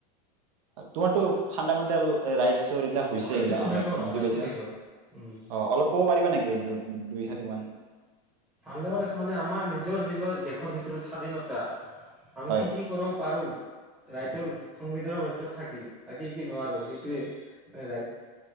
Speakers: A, on the right; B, in the centre.
A: তোমাৰতটো ফাণ্ডামেণ্টেল ৰাইটছ এইগিলা হৈছে
B: অ এইটোতো
A: এইগিলা
B: হৈ
A: অলপ
B: গ'ল
A: বুজি
B: অ সেইটো
A: পাইছে
B: হৈ
A: অ
B: গ'ল উম
A: অলপ ক'ব পাৰিবা নেকি দুইহাৰীমান
B: অন্ধ্ৰপদেশ মানে আমাৰ নিজৰ যিবিলাক দেশৰ ভিতৰত স্বাধীনতা আমি
A: হয়
B: কি কি কৰিব পাৰো ৰাইটৰ সংবিধানৰ ভিতৰত থাকি থাকি কি নোৱাৰো সেইটোৱে ৰাইট